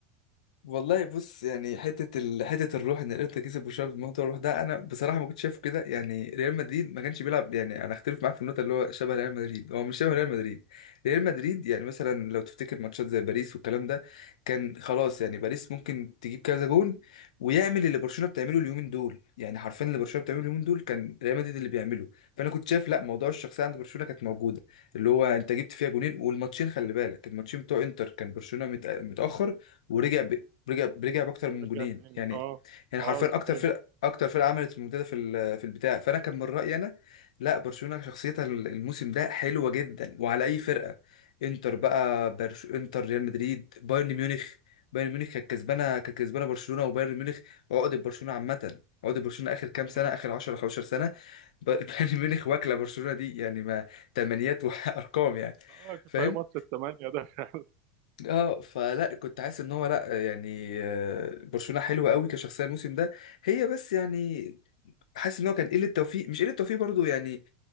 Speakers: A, on the left; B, on the right.
A: والله بص يعني حته ال... حته الروح ان الانتر كسب وشاف بموضوع الروح ده انا بصراحه ما كنتش شايفه كده يعني ريال مدريد ما كانش بيلعب يعني انا اختلف معاك في النقطه اللي هو شبه ريال مدريد هو مش شبه ريال مدريد ريال مدريد يعني مثلا لو تفتكر ماتشات زي باريس والكلام ده كان خلاص يعني باريس ممكن تجيب كذا جون ويعمل اللي برشلونه بتعمله اليومين دول يعني حرفيا اللي برشلونه بتعمله اليومين دول كان ريال مدريد اللي بيعمله فانا كنت شايف لا موضوع الشخصيه عند برشلونه كانت موجوده اللي هو انت جبت فيها جونين والماتشين خلي بالك الماتشين بتوع انتر كان برشلونه متأ- متاخر ورجع برجع برجع باكتر
B: ورجع
A: من جونين
B: تاني
A: يعني
B: اه
A: يعني
B: اه
A: حرفيا
B: صحيح
A: اكتر فرق اكتر فرقه عملت المنتدى في ال- في البتاع فانا كان من رايي انا لا برشلونه شخصيتها الموسم ده حلوه جدا وعلى اي فرقه انتر بقى برش انتر ريال مدريد بايرن ميونخ بايرن ميونخ كانت كسبانه كانت كسبانه برشلونه وبايرن ميونخ عقده برشلونه عامه عقده برشلونه اخر كام
B: مم.
A: سنه اخر 10 15 سنه ب- <laughs> بايرن ميونخ واكله برشلونه دي يعني ما تمنيات وارقام <laughs> يعني
B: اه كفايه
A: فاهم
B: ماتش الثمانيه ده <laughs>
A: اه فلا كنت حاسس ان هو لا يعني آه، برشلونة حلوة قوي كشخصية الموسم ده هي بس يعني حاسس ان هو كان قلة توفيق مش قلة توفيق برضو يعني